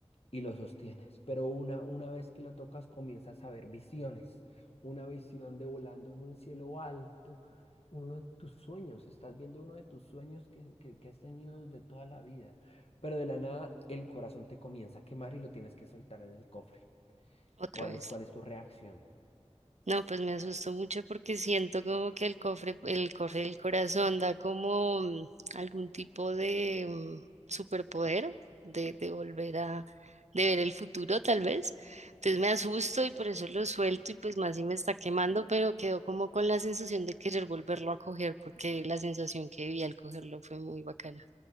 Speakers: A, on the left; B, on the right.
A: y lo sostienes. Pero una, una vez que lo tocas, comienzas a ver visiones. Una visión de volando en un cielo alto, uno de tus sueños. Estás viendo uno de tus sueños que, que, que has tenido desde toda la vida. Pero de la nada, el corazón te comienza a quemar y lo tienes que soltar en el cofre.
B: Otra
A: ¿Cuál
B: vez.
A: es, cuál es tu reacción?
B: No, pues me asustó mucho porque siento como que el cofre, el cofre del corazón da como mm, algún tipo de mm, superpoder de, de volver a, de ver el futuro tal vez. Entonces me asusto y por eso lo suelto y pues más si me está quemando, pero quedo como con la sensación de querer volverlo a coger porque la sensación que viví al cogerlo fue muy bacana.